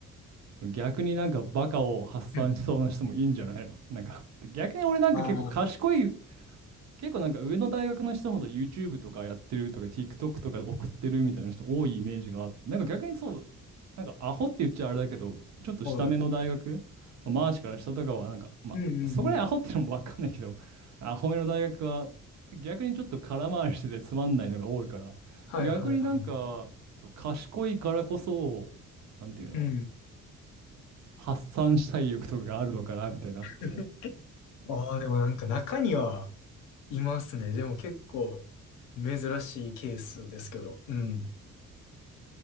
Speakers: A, on the right; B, on the left.
A: 逆になんかバカを発散しそうな人もいいんじゃないのなんか、
B: うん
A: 逆に俺なんか結構賢い
B: あ
A: 結構なんか上の大学の人ほど YouTube とかやってるとか TikTok とかで送ってるみたいな人多いイメージがあって、なんか逆にそう、なんかアホって言っちゃあれだけど、ちょっと下目の大学、
B: あ、はい。
A: まあマーシから下とかはなんか、まあ、
B: うんうんうん。
A: そこら辺アホってのもわかんないけど、アホ目の大学は逆にちょっと空回りしててつまんないのが多いから、
B: はいはいは
A: 逆になんか、そう賢いからこそ、なんていうの、
B: い。うん。
A: 発散したい欲とかがあるのかなみたいになって、
B: <laughs> ああ、でもなんか中にはいますね。でも結構珍しいケースですけど。うん。